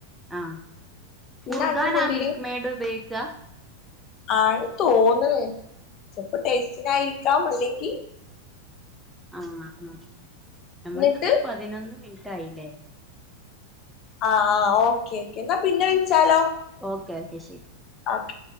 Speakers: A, in the centre; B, on the left (about 35°).
A: ആഹ്
B: പിന്നെ
A: കുർഗാനാ
B: അണ്ടിം മുന്തിരിയും
A: മിൽക്ക് മേട് ഉപയോഗിക്കാ
B: ആണ് തോണ്ന് ചെലപ്പോ ടേസ്റ്റിനായിരിക്കാം അല്ലെങ്കി
A: ആ ആ നഞമ്മളതിപ്പോ
B: ന്നിട്ട്
A: പതിനൊന്ന് മിനിറ്റ് ആയില്ലേ
B: ആ ഓക്കേ ഓക്കേ എന്നാ പിന്നെ വിളിച്ചാലോ
A: ഓക്കേ ഓക്കെ ശരി
B: ഓക്കെ